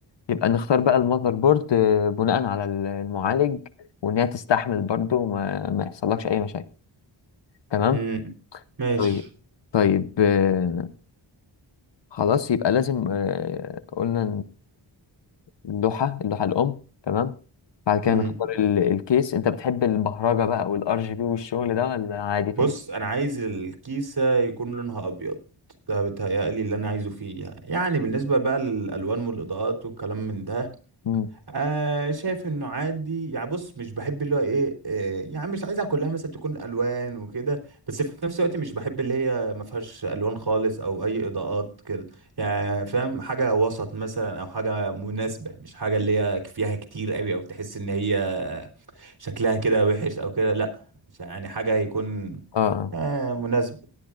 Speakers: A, on the left; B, on the right.
A: يبقى نختار بقى المذر بورد آه، بناء على ال- المعالج وان هي تستحمل برضه ما ما يحصلكش اي مشاكل تمام
B: امم ماشي
A: طيب طيب آه، خلاص يبقى لازم آه، قلنا اللوحة اللوحة الأم تمام بعد كده
B: امم
A: نختار ال... الكيس أنت بتحب البهرجة بقى والار جي بي والشغل ده ولا عادي في
B: بص
A: ال...
B: انا عايز الكيسه يكون لونها ابيض ده بيتهيألي اللي انا عايزه فيه يعني يعني بالنسبه بقى للالوان والاضاءات والكلام من ده
A: مم.
B: آه شايف انه عادي يعني بص مش بحب اللي هو ايه آه يعني مش عايزها كلها مثلا تكون الوان وكده بس في نفس الوقت مش بحب اللي هي ما فيهاش الوان خالص او اي اضاءات كده يعني فاهم حاجه وسط مثلا او حاجه مناسبه مش حاجه اللي هي فيها كتير قوي او تحس ان هي شكلها كده وحش او كده لا يعني حاجه يكون
A: اه
B: آه مناسب